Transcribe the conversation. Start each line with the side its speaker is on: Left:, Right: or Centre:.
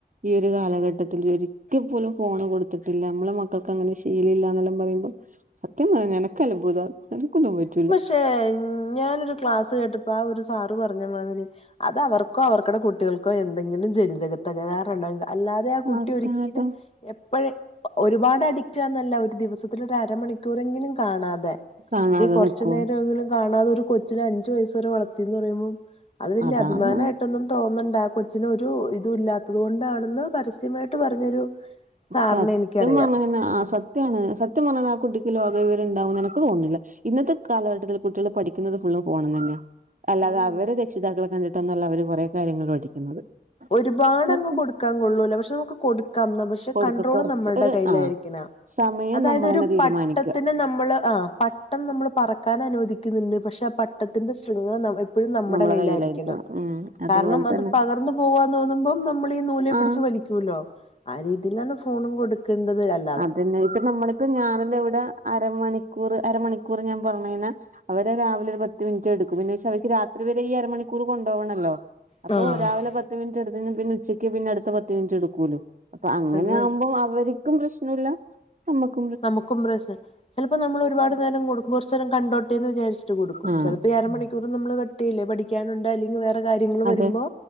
Right: ഈ ഒര് കാലഘട്ടത്തിൽ
Left: ഉം
Right: ഒര് ട്ടിപോലും ഫോണ് കൊട്ത്തിട്ടില്ല മ്മളെ മക്കൾക്ക് അങ്ങനെ ശീലില്ലാന്നല്ലാം പറയുമ്പോ സത്യം പറഞ്ഞാ എനക്ക് അത്ഭുതാ എനക്കൊന്നും പറ്റൂല
Left: റ്റേ ഞ്ഞാനൊരു ക്ലാസ്സ് കേട്ടപ്പോ ആ ഒരു സാറ് പറഞ്ഞമാതിരി അത് അവർക്കോ അവർക്കടെ കുട്ട്യോൾക്കോ എന്തെങ്കിലും ജനിതക തകരാറുള്ളെങ്ക അല്ലാതെ ആ കുട്ടി
Right: ആൾക്കാരൊക്കെ
Left: ഒരിക്കലും എപ്പഴ് ഒരുപാട അഡിറ്റാന്നല്ല ഒര് ദിവസത്തില് രരമണിക്കൂറെങ്കിലും കാണാതെ
Right: കാണാതെ
Left: അല്ലേ കൊർച്ചു
Right: നിക്കുവോ
Left: നേരോങ്കിലും കാണാതെ ഒരു കൊച്ചിന് അഞ്ചു വയസ് വരെ വളർത്തിന്ന് പറയുമ്പോം അത് വല്യ
Right: അതാണ്
Left: അഭിമാനമായിട്ടൊന്നും തോന്നണ്ട കൊച്ചിന ഒരു ഇതും ഇല്ലാത്തത് കൊണ്ടാണെന്ന് പരസ്യമായിട്ട് പറഞ്ഞൊരു സാറിനെ
Right: സത്യം
Left: എനിക്കറിയാം
Right: പറഞ്ഞ
Left: ഉം
Right: ആ സത്യാണ് സത്യം പറഞ്ഞാൽ ആ കുട്ടിക്ക് ലോക വിവരംണ്ടാവും എന്ന് എനക്ക് തോന്നുന്നില്ല ഇന്നത്തെ കാലഘട്ടത്തിൽ കുട്ടികൾ പഠിക്കുന്നത് ഫുള്ളും ഫോണുന്നു തന്നെയ അല്ലാതെ
Left: അത് തന്നെ
Right: അവര് രക്ഷിതാക്കളെ കണ്ടിട്ടൊന്നല്ല അവര് കൊറെ കാര്യങ്ങൾ പഠിക്കുന്നത്
Left: ഒരുപാട്
Right: സത്യം
Left: അങ്ങ് കൊടുക്കാൻ കൊള്ളൂല പക്ഷെ നമുക്ക് കൊടുക്കാം പക്ഷെ
Right: കൊടുക്ക
Left: കണ്ട്രോള്
Right: കുറച്ച്
Left: നമ്മളുടെ
Right: ഒരു
Left: കയ്യിലായിരിക്കണാ
Right: ആ സമയം
Left: അതായത്
Right: നമ്മളന്നെ
Left: ഒരു
Right: തീരുമാനിക്കുക
Left: പട്ടത്തിന് നമ്മള് ആഹ് പട്ടം നമ്മള് പറ ക്കാൻ അനുവദിക്കുന്നുണ്ട് പക്ഷെ ആ പട്ടത്തിന്റെ ശൃംഗ നമ്മ പ്പഴും നമ്മടെ
Right: നമ്മളെ
Left: കയ്യിലാരിക്കണം
Right: കയ്യിലായിരിക്കണം ഉം അതുപോലെ
Left: കാരണം അത്
Right: തന്നെ
Left: പകർന്നു പോവ്വാ തോന്നുമ്പോം നമ്മളി ഈ നൂല് പിടിച്ചുവലിക്യുല്ലോ
Right: ആ
Left: ആ രീതിലാണ് ഫോണും കൊടുക്കണ്ടത് അല്
Right: അതന്നെപ്പ നമ്മളിപ്പ ഞാനിന്നിവിടെ അരമണിക്കൂറ് അരമണിക്കൂറ് ഞാൻ പൊറമേന അവരെ രാവിലെ ഒര്പത്ത് മിൻറ്റ് എട്ക്കും പിന്നെ ശഅവർക്ക് രാത്രി വരെ ഈ അര മണിക്കൂർ കൊണ്ടോവണല്ലോ അപ്പൊ
Left: അത്
Right: രാവിലെ പത്ത്മിനിറ്റ്ടുത്തയ്ഞ പിന്നെ ഉച്ചക്ക് പിന്നെ അടുത്ത പത്ത്മിനിറ്റ് എടുക്കൂലോ അപ്പൊ അങ്ങനെ
Left: തന്നെ
Right: ആവുമ്പോ അവർക്കും പ്രശ്നല്ല നമക്
Left: നമുക്കും പ്രശ്ന ചെലപ്പോ നമ്മള് ഒരുപാട് നേരം കൊടുക്കും കൊർച്ചേരം കണ്ടോട്ടേന് വിചാരിച്ച് കൊടുക്കും
Right: ആഹ്
Left: ചെലപ്പോ അരമണിക്കൂർ നമ്മള് കട്ടയിലെ പടി ക്യാനുണ്ട അല്ലെങ്കിൽ വേറെ കാര്യങ്ങൾ വരുമ്പോ
Right: അതെ